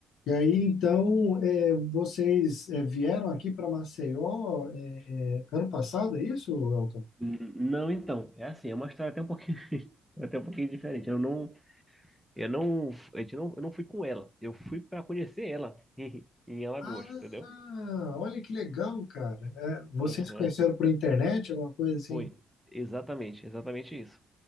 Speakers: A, on the left (about 75°); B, in the centre.
A: E aí, então, é, vocês é, vieram aqui para Maceió é, é, ano passado, é isso, Elton?
B: N- Não, então, é assim, é uma história até um pouquinho, <laughs> até um pouquinho diferente. Eu não, eu não, a gente não, eu não fui com ela. Eu fui para conhecer ela <laughs> em, em Alagoas,
A: Ah,
B: entendeu?
A: olha que legal, cara. É, vocês
B: Aham.
A: se conheceram por internet, alguma coisa assim?
B: Foi, exatamente, exatamente isso.